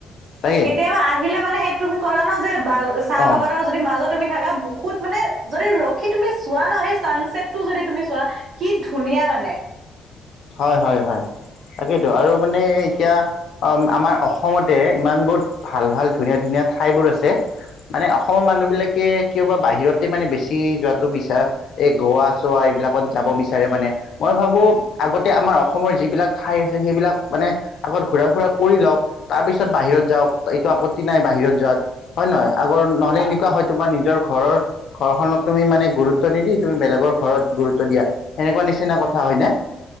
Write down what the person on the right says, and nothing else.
কেতিয়াবা আহিলে মানে সেই তুমি ক'লা ন' যে বাগ--চাহ
বাগানৰ য দি মাজত তুমি থাকা বহুত মানে, যদি ৰখি তুমি চোৱা ন'? সেই চানচেটটো যদি তুমি চোৱা কি ধুনীয়া মানে।